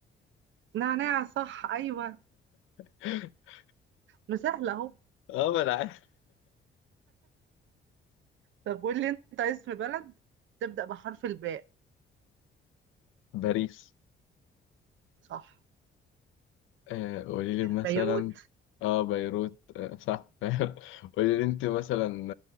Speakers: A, on the right; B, on the left.
A: نعناع صح ايوه
B: <laughs>
A: مسهله اهو
B: اه ما انا عارف
A: طب قول لي انت اسم بلد تبدا بحرف الباء
B: باريس
A: صح
B: آه قولي لي مثلا
A: بيروت
B: اه بيروت آه صح <laughs> قولي لي انت مثلا